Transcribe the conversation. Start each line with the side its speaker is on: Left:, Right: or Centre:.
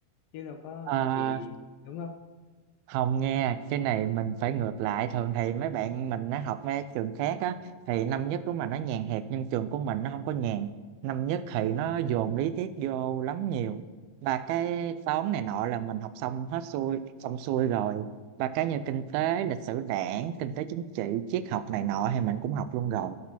Left: chứ đâu có
Right: Rồi.
Left: học nhiều gì đúng không
Right: không nghe cái này mình phải ngược lại thường thì mấy bạn mình nó học mấy trường khác á thì năm nhất đúng là nó nhàn hẹp nhưng trường của mình nó không có nhàn năm nhất thì nó dồn lý thuyết vô lắm nhiều và cái toán này nọ là mình học xong hết xuôi xong xuôi rồi và cái như kinh tế lịch sử đảng kinh tế chính trị triết học này nọ thì mình cũng học luôn rồi